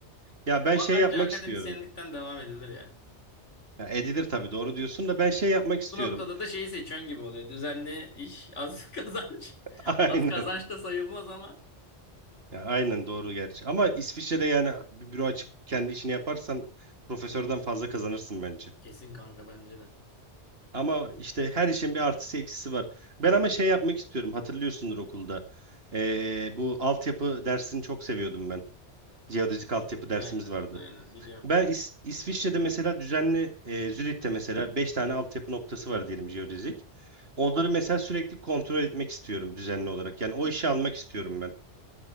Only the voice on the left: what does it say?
Ama
bence
akademisyenlikten
devam edilir ya.
Bu noktada da şeyi seçen gibi oluyor. Düzenli iş, az <laughs> kazanç.
Az kazanç da sayılmaz ama.
Kesin kanka bence de.
Aynen,
aynen biliyorum.